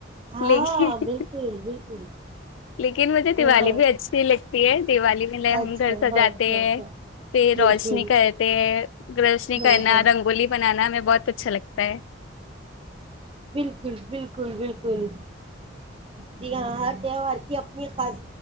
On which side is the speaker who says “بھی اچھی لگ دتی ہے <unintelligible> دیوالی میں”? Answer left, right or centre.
Left